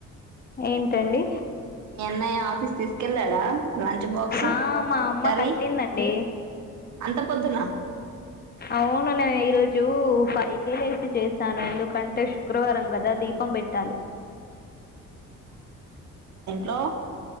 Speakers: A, on the left; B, on the right.
A: ఏంటండి
B: మీ అన్నయ ఆఫీస్ తీసుకు కేళ్ళడా లంచ్ బాక్స్
A: ఆ, మా అమ్మ
B: కర్రీ
A: కట్టిందండి
B: అంత పొద్దున
A: అవును నేను ఈరోజు ఫై కేే లేసి చేశాను ఎందుకంటే శుక్రవారం కద దీపం బేట్టాలి
B: లో